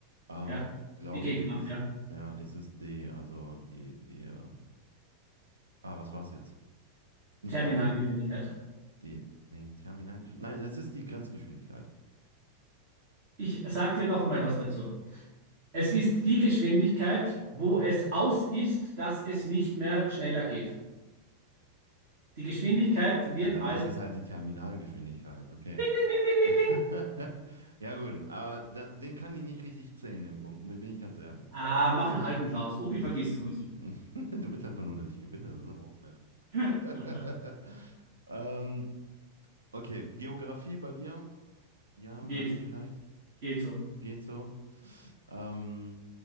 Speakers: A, on the right (about 75°); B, on the right (about 45°).
A: ähm,
B: ja.
A: glaube
B: Die G-Kraft,
A: ich, ist,
B: ja.
A: ja, ist es D, also die, die, äh, ah, was war es jetzt? Nicht
B: Terminalgeschwindigkeit.
A: die, G- die, nee, Terminalgeschwindigkeit, nein, das ist die Grenzgeschwindigkeit.
B: Ich sag dir noch einmal was dazu. Es ist die Geschwindigkeit, wo es aus ist, dass es nicht mehr schneller geht. Die Geschwindigkeit wird
A: Ja, dann
B: als
A: ist es halt die Terminalgeschwindigkeit, okay.
B: Ding, ding, ding, ding, ding,
A: <laughs>
B: ding.
A: Ja, gut, aber dann, den kann ich nicht richtig zählen, den Punkt, bin ich ganz ehrlich.
B: Ah, mach einen halben draus. Opi
A: Ja.
B: vergisst sowieso.
A: <laughs> Du willst einfach nur, dass ich gewinne, das ist aber auch nett.
B: <laughs>
A: <laughs> Ähm, okay, Geografie bei dir? Ja,
B: Geht
A: nein,
B: so.
A: vielleicht.
B: Geht so.
A: Geht so. Ähm,